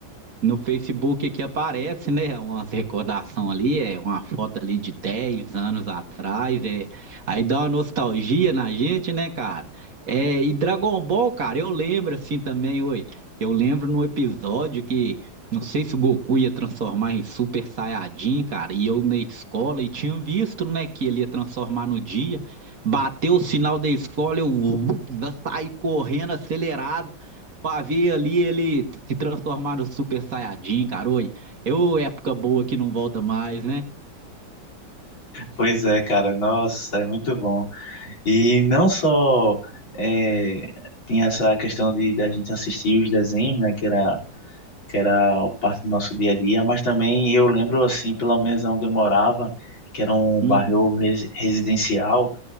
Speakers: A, on the right (about 45°); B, on the left (about 85°).
A: No Facebook que aparece, né, umas recordação ali, é uma foto ali de 10 anos atrás, é, aí dá uma nostalgia na gente, né, cara? É, e Dragon Ball, cara, eu lembro assim também, oi, eu lembro num episódio que, não sei se o Goku ia transformar em Super Saiyajin, cara, e eu na escola, e tinha visto, né, que ele ia transformar no dia, bateu o sinal da escola, eu, <laughs> eu saí correndo acelerado, Pra ver ali ele se transformar no Super Saiyajin, cara. Oi, eu época boa que não volta mais, né?
B: Pois é, cara, nossa, é muito bom. E não só é, tinha essa questão de da gente assistir os desenhos, né? Que era, que era parte do nosso dia a dia, mas também eu lembro, assim, pelo menos onde eu morava, que era um
A: Uhum.
B: bairro res- residencial.